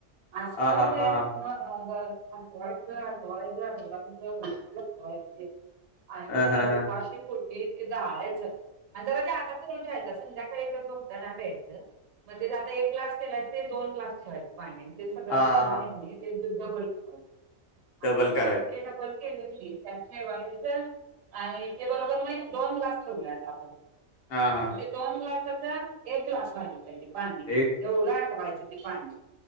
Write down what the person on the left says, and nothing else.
हा
हा हा
अ
हा हा
हा
हा
डबल
करायचं.
हा हा
एक